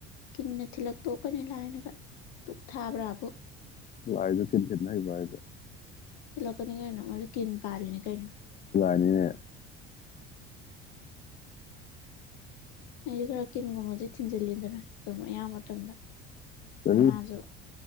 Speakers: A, on the left; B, on the left.
A: ꯀꯅꯦ ꯊꯤꯜꯂꯛꯇꯣꯛꯀꯅꯤ ꯂ ꯍꯥꯏꯅꯒ ꯗꯨꯛ ꯊꯥꯕ꯭ꯔꯥꯕꯨ
B: ꯂꯥꯏꯖꯨ ꯀꯤꯟ ꯊꯤꯅꯕꯥ ꯍꯩꯕꯔꯥ ꯍꯥꯌꯖꯦ
A: ꯆꯠꯂꯛꯀꯅꯤ ꯀꯩꯅꯣ ꯃꯔ ꯀꯤꯟ ꯄꯥꯜꯂꯤꯅꯦ ꯀꯩꯅꯣ
B: ꯑꯅꯦ
A: ꯑꯩꯗꯤ ꯈꯔ ꯀꯤꯟꯒꯨꯝꯕꯁꯦ ꯊꯤꯟꯖꯤꯜꯂꯤꯗꯅ ꯑꯗꯨꯝ ꯑꯌꯥꯝꯕ ꯗ
B: ꯑꯗꯨ
A: ꯅꯃꯥꯖ